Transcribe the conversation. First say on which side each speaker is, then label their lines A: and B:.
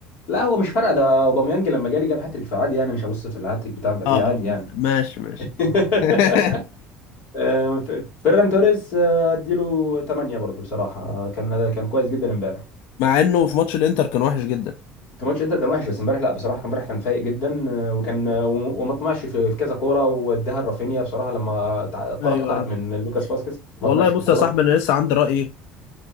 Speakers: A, on the left (about 35°); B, on the left (about 70°).
A: لا هو مش فارقه ده اوباميانج لما جالي جاب هاتريك فعادي يعني مش هبص في الهاتريك بتاع مبابي
B: اه
A: عادي
B: آه،
A: يعني
B: ماشي ماشي
A: <laughs>
B: <laughs>
A: آه، ف- فيران توريس آه، اديله 8 برضه بصراحة آه، كان كان كويس جدا امبارح
B: مع انه في ماتش الانتر كان وحش جدا
A: في ماتش انتر كان وحش بس امبارح لا بصراحه كان امبارح كان فايق جدا آه، وكان آه، وم- وما طمعش في في كذا كوره واداها لرافينيا بصراحه لما تع- الكره
B: ايوه
A: اتقطعت من لوكاس فاسكيز
B: والله
A: ما طمعش في
B: بص
A: الكوره
B: يا صاحبي انا لسه عندي رأيي